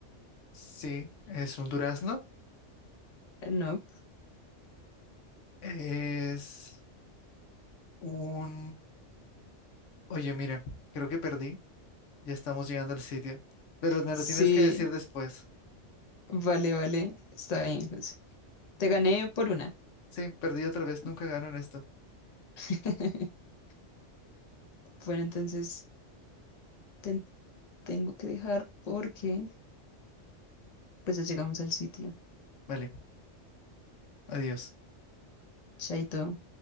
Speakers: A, on the left; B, on the left.
A: Sí, es un durazno.
B: No.
A: Es un... Oye, mire, creo que perdí. Ya estamos llegando al sitio. Pero me
B: Sí,
A: lo tienes que decir después.
B: vale, vale. Está bien, José. Te gané por una.
A: Sí, perdí otra vez. Nunca gano en esto.
B: <laughs> Bueno, entonces te tengo que dejar porque pues ya llegamos al sitio.
A: Vale, adiós.
B: Chaito.